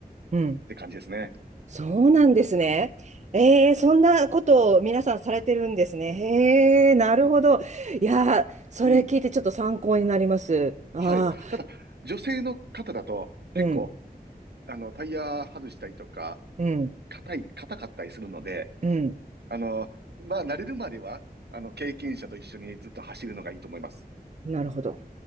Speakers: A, on the right; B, on the right.
A: うん、
B: って感じですね。
A: そうなんですね。えー、そんなことを皆さんされてるんですね。へえ、なるほど。いやー、それ聞いてちょっと参考になります。
B: うん。
A: ああ、
B: はい。ただ、女性の方だと、結構、
A: うん、
B: あの、タイヤ外したりとか、
A: うん、
B: 硬い、硬かったりするので、
A: うん。
B: あの、まあ、慣れるまでは、あの、経験者と一緒にずっと走るのがいいと思います。
A: なるほど。